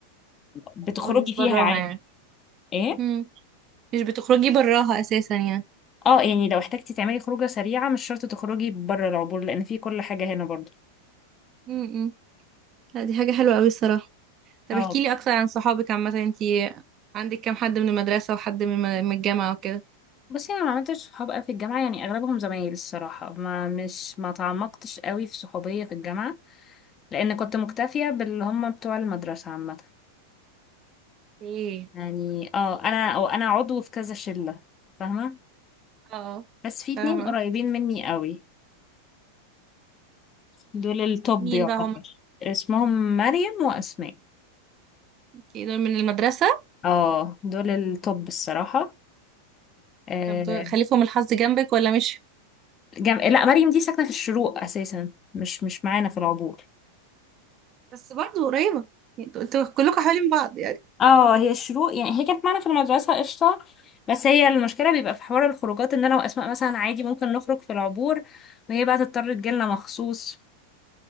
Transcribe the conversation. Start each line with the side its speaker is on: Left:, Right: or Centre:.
Left: بتخرجي
Right: ما بتخرجيش
Left: فيها
Right: براها
Left: عادي
Right: يعني
Left: ايه
Right: مم. مش بتخرجي براها اساسا يعني
Left: اه يعني لو احتاجتي تعملي خروجة سريعة مش شرط تخرجي بره العبور لأن في كل حاجة هنا برضه
Right: مم. مم. لا دي حاجة حلوة قوي الصراحة طب
Left: اه
Right: احكي لي اكتر عن صحابك عامه انتي عندك كام حد من المدرسه وحد من الم- من الجامعه وكده
Left: بصي انا ما عملتش صحاب قوي في الجامعه يعني اغلبهم زمايل الصراحه ما مش ما تعمقتش قوي في صحوبيه في الجامعه لان كنت مكتفيه باللي هم بتوع المدرسه عامه
Right: ايه
Left: يعني اه انا او انا عضو في كذا شله فاهمه
Right: اه
Left: بس في
Right: فاهمه
Left: اتنين قريبين مني قوي دول التوب
Right: مين
Left: يعتبر
Right: بقى هم
Left: اسمهم مريم واسماء
Right: اوكي، دول من المدرسه
Left: اه دول التوب الصراحه آه،
Right: طب دول خليفهم الحظ جنبك ولا مش
Left: جم... لا مريم دي ساكنة في الشروق أساسا مش مش معانا في العبور
Right: بس برضه قريبه يعني، انتوا انتوا كلكم حوالين بعض يعني
Left: اه هي الشروق يعني هي كانت معانا في المدرسة قشطة بس هي المشكلة بيبقى في حوار الخروجات ان انا واسماء مثلا عادي ممكن نخرج في العبور وهي بقى تضطر تجيلنا مخصوص